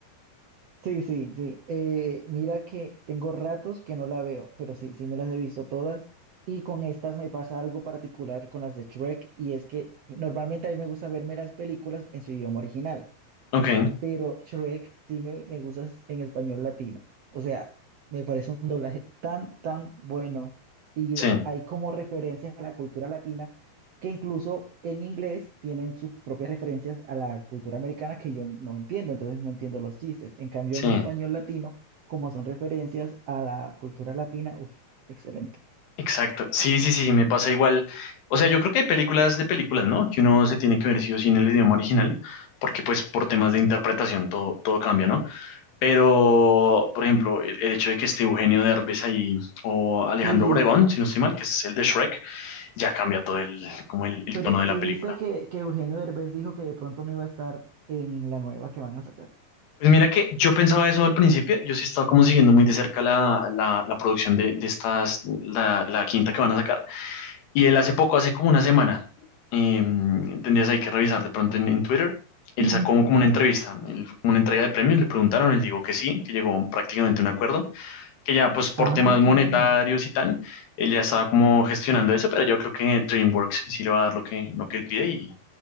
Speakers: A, on the right; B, on the left.
A: Sí, sí, sí. Eh, mira que tengo ratos que no la veo, pero sí, sí me las he visto todas. Y con estas me pasa algo particular con las de Shrek, y es que normalmente a mí me gusta verme las películas en su idioma original
B: Ok,
A: pero Shrek sí me, me gusta es- en español latino. O sea, me parece un doblaje tan, tan bueno. Y
B: sí,
A: hay como referencias a la cultura latina que incluso en inglés tienen sus propias referencias a la cultura americana que yo no entiendo, entonces no entiendo los chistes. En cambio,
B: sí,
A: en español latino, como son referencias a la cultura latina, uff, excelente.
B: exacto. Sí, sí, sí, me pasa igual. O sea, yo creo que hay películas de películas, ¿no? Que uno se tiene que ver sí o sí en el idioma original,
A: Ujú.
B: porque pues por temas de interpretación todo, todo cambia, ¿no? Pero, por ejemplo, el, el hecho de que esté Eugenio Derbez ahí o Alejandro
A: Sí,
B: Obregón, si no estoy mal, que es el de Shrek, ya cambia todo el, como el el
A: pero
B: tono de la
A: si
B: película.
A: viste que, que Eugenio Derbez dijo que de pronto no iba a estar en la nueva que van a sacar.
B: Pues mira que yo pensaba eso al principio, yo sí estaba como siguiendo muy de cerca la, la, la producción de, de estas, la, la quinta que van a sacar. Y él hace poco, hace como una semana, eh, tendrías ahí que revisar de pronto en, en Twitter, él
A: Sí.
B: sacó como una entrevista, él fue como una entrega de premios, le preguntaron, él dijo que sí, que llegó prácticamente a un acuerdo, que ya pues por
A: Ah,
B: temas monetarios
A: qué bueno.
B: y tal, él ya estaba como gestionando eso, pero yo creo que DreamWorks sí le va a dar lo que, lo que él pide y,